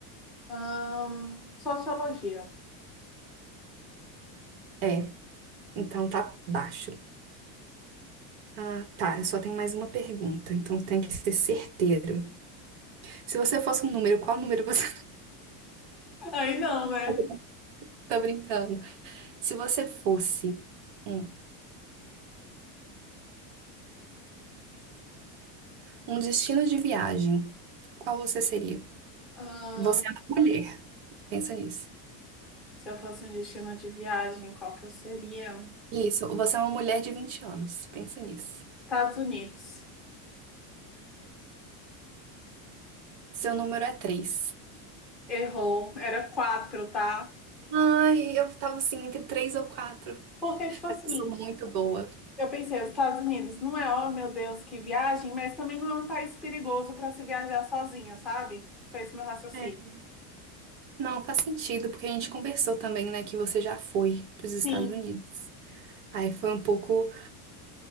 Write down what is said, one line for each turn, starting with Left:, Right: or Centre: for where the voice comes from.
Centre: Ahn, sociologia.
Right: É, então tá baixo. Ah, tá, eu só tenho mais uma pergunta, então tem que ser certeiro. Se você fosse um número, qual número você...
Centre: Aí não, né?
Right: <laughs> Tô brincando. Se você fosse um, um destino de viagem, qual você seria?
Centre: Ahn,
Right: Você é uma mulher, pensa nisso.
Centre: se eu fosse um destino de viagem, qual que eu seria?
Right: Isso, você é uma mulher de 20 anos. Pensa nisso.
Centre: Estados Unidos.
Right: Seu número é 3.
Centre: Errou. Era quatro, tá?
Right: Ai, eu tava assim entre 3 ou 4.
Centre: Porque, tipo
Right: Mas
Centre: assim,
Right: eu sou muito boa.
Centre: Eu pensei, os Estados Unidos não é, oh meu Deus, que viagem, mas também não é um país perigoso para se viajar sozinha, sabe? Foi esse meu raciocínio.
Right: É. Não, faz sentido, porque a gente conversou também, né, que você já foi pros Estados
Centre: Sim,
Right: Unidos. Aí foi um pouco.